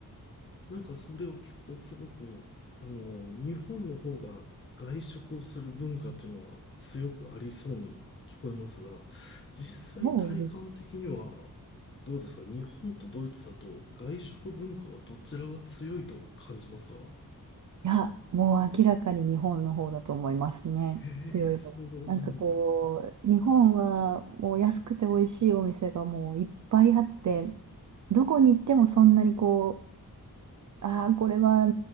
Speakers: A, on the left; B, on the right.
A: なんかそれを聞くとすごく、あの、日本の方が外食をする文化っていうのは強くありそうに聞こえますが、実際体感的には
B: もうね、
A: どうですか日本とドイツだと外食文化はどちらが強いと感じますか
B: いや、もう明らかに日本の方だと思いますね。
A: へえ、
B: 強い方。
A: そうなんだ。
B: なんかこう、日本はもう安くて美味しいお店がもういっぱいあって、どこに行ってもそんなにこう、ああ、これは